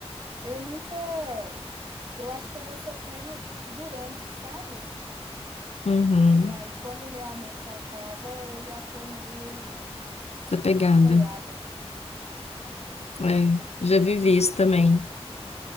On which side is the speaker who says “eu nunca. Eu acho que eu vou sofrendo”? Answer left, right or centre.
Right